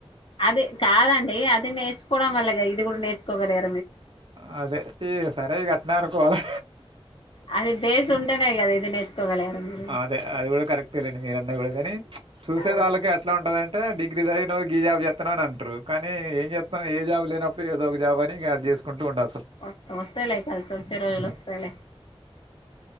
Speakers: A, on the left; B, on the right.
A: అది కాదండి, అది నేర్చుకోవడం వల్లేగా ఇద్. అది కూడా నేర్చకోగల్గాలి.
B: ఆ అదే ఇగ సరే ఇగ అట్నీ అనుకోవాలే.
A: అది బేస్ ఉంటేనే కదా ఇది నేర్చుకోగలిగారు మీరు
B: అదే అది కూడా కరెక్ట్ లేండి మీరన్నద్. <unintelligible> గాని. చూసే
A: అదే
B: దాల్లకే అట్లా ఉంటదాంటే డిగ్రీ చదివినవ్, గీజాబ్ జెత్హ్. <unintelligible> అంటారు కానీ ఏం చేస్తాం ఏ జాబ్ లేనప్పుడు ఏదో ఒక జాబ్ అని. చేసుకుంటూ ఉంటాం.
A: ఓ ఓస్తాయి లే కల్సి ఓచ్చే రోజుల్ ఓస్తాయి లే.